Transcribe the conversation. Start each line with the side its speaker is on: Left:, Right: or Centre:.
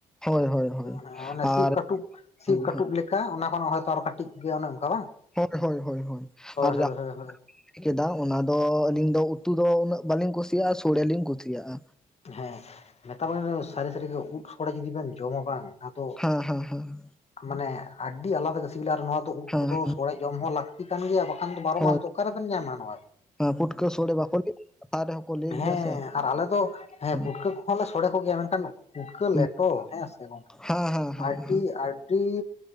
Centre: ᱦᱳᱭ ᱦᱳᱭ ᱦᱳᱭ
Left: ᱦᱸ ᱚᱱᱮ
Centre: ᱟᱨ
Left: ᱥᱤᱠᱟᱴᱩᱵ ᱥᱤ
Centre: ᱦᱳᱭ
Left: ᱠᱟᱹᱴᱩᱵ ᱞᱮᱠᱟ ᱞᱮᱠᱟ ᱚᱱᱟ ᱠᱷᱚᱱ ᱦᱚᱭ ᱛᱚ ᱟᱨ ᱠᱟᱹᱴᱤᱡ ᱜᱮ ᱚᱱᱮ ᱚᱱᱠᱟ ᱵᱟᱝ?
Centre: ᱳᱫᱽ ᱦᱳᱭ ᱦᱳᱭ ᱦᱳᱭ ᱟᱨ
Left: ᱦᱳᱭ
Centre: ᱡᱟ
Left: ᱦᱳᱭ ᱦᱳᱭ
Centre: ᱠᱮᱫᱟ ᱚᱱᱟ ᱫᱚ ᱟᱹᱞᱤᱧ ᱫᱚ ᱩᱛᱩ ᱫᱚ ᱩᱱᱟᱹᱜ ᱵᱟᱹᱞᱤᱧ ᱠᱩᱥᱤᱭᱟᱜᱼᱟ ᱥᱚᱲᱮ ᱞᱤᱧ ᱠᱩᱥᱤᱭᱟᱜᱼᱟ᱾
Left: ᱦᱮᱸ ᱢᱮᱛᱟ ᱵᱤᱱ ᱥᱟᱹᱨᱤ ᱥᱟᱹᱨᱤᱜᱮ ᱩᱫ ᱥᱚᱲᱟ ᱡᱩᱫᱤ ᱵᱮᱱ ᱡᱚᱢᱟ ᱵᱟᱝ ᱟᱫᱚ
Centre: ᱦᱮᱸ ᱦᱮᱸ ᱦᱮᱸ
Left: ᱢᱟᱱᱮ ᱟᱹᱰᱤ ᱟᱞᱟᱫᱟ ᱜᱮ ᱥᱤᱵᱤᱞᱟ ᱟᱨ ᱱᱚᱣᱟ ᱫᱚ ᱩᱫ
Centre: ᱦᱮᱸ
Left: ᱠᱚᱫᱚ
Centre: ᱦᱮᱸ
Left: ᱥᱚᱲᱮ ᱡᱚᱢ ᱦᱚᱸ ᱞᱟᱹᱠᱛᱤ ᱼᱛᱤ ᱠᱟᱱ ᱜᱮᱭᱟ ᱵᱟᱠᱷᱟᱱ ᱫᱚ ᱵᱟᱨᱚ
Centre: ᱦᱳᱭ
Left: ᱢᱟᱥ ᱫᱚ ᱚᱠᱟ ᱨᱮᱵᱮᱱ ᱧᱟᱢᱟ ᱱᱚᱣᱟ ᱦᱮᱸ
Centre: ᱯᱩᱴᱠᱟᱹ ᱥᱳᱲᱮ ᱵᱟᱠᱚ <unintelligible>
Left: ᱦᱮᱸ
Centre: ᱥᱮ
Left: ᱟᱨ ᱟᱞᱮ ᱫᱚ ᱦᱮᱸ
Centre: ᱦᱩᱸ
Left: ᱯᱩᱴᱠᱟᱹ ᱠᱚᱦᱚᱸ ᱞᱮ ᱥᱚᱲᱮ ᱠᱚᱜᱮᱭᱟ ᱢᱮᱱᱠᱷᱟᱱ ᱯᱩᱴᱠᱟᱹ
Centre: ᱦᱩᱸ
Left: ᱞᱮᱴᱚ ᱦᱮᱸ ᱥᱮ ᱜᱚᱢᱠᱮ
Centre: ᱦᱮᱸ ᱦᱮᱸ ᱦᱮᱸ
Left: ᱟᱹᱰᱤ
Centre: ᱦᱮᱸ
Left: ᱟᱹᱰᱤ